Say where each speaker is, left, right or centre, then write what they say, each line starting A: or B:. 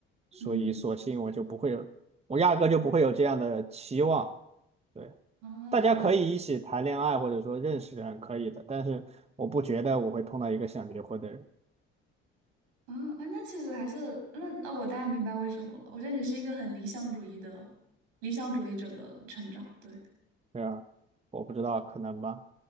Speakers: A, on the right (about 20°); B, on the right (about 80°).
A: 所以索性我就不会有，
B: 嗯
A: 我压根就不会有这样的期望。对，
B: 啊，
A: 大家可以一起谈恋爱，
B: 我
A: 或者说认识人可以的，但是我不觉得我会碰到一个想结婚的人。
B: 啊啊，那其实还是那那我大概明白为什么了。我觉得你是一个很理想主义的理想主义者的成长，对
A: 对啊，我不知道，可能吧。